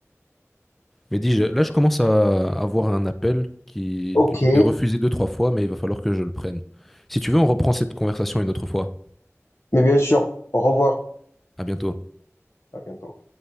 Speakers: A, in the centre; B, on the left.
A: Mais dis, je- là, je commence à avoir un appel qui,
B: Ok.
A: que j'ai refusé deux, trois fois, mais il va falloir que je le prenne. Si tu veux, on reprend cette conversation une autre fois.
B: Mais bien sûr, au revoir,
A: À bientôt.
B: à bientôt.